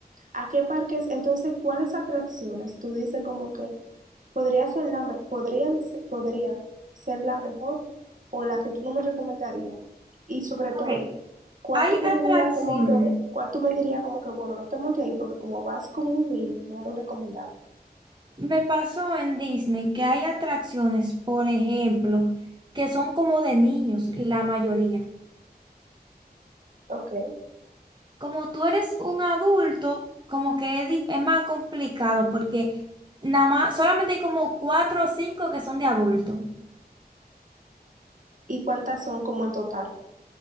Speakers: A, on the right; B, on the right.
A: ¿A qué parques? Entonces, ¿cuáles atracciones tú dices como que podría ser la me- podrían, se- podría ser la mejor o la que tú no me recomendarías? Y sobre todo,
B: Ok,
A: ¿cuál
B: Hay
A: tú
B: atracciones.
A: me dirías como que, cuál tú me dirías como que, bueno, no te montes ahí porque como vas con un niño, no es lo recomendable.
B: Me pasó en Disney que hay atracciones, por ejemplo, que son como de niños, la mayoría.
A: Ok.
B: Como tú eres un adulto, como que es, di- es más complicado porque nada más, solamente hay como cuatro o cinco que son de adulto.
A: ¿Y cuántas son como en total?